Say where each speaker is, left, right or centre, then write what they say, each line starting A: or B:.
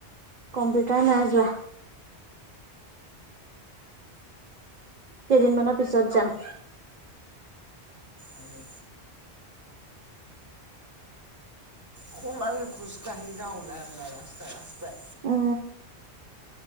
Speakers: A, on the right (about 40°); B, on the right (about 15°).
A: কম্পিউটাৰ নাই যোৱা। কেইদিনমানৰ পিছত যাম।
B: আমি? খুব আনি খোচকাহি যাওঁ ওলাই ওলাই ৰাস্তই-ৰাস্তাই।
A: উ।